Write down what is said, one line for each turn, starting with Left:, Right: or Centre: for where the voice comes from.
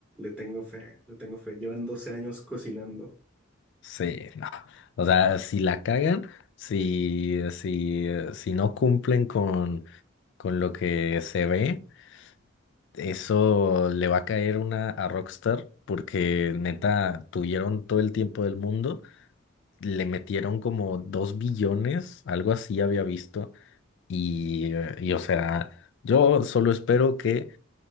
Centre: Le tengo fe, le tengo fe. Llevan 12 años cocinando.
Left: Sí, no. O sea, si la cagan, si, si, eh, si no cumplen con, con lo que se ve, eso le va a caer una a Rockstar porque neta tuvieron todo el tiempo del mundo, le metieron como dos billones, algo así había visto, y, eh, y o sea, yo solo espero que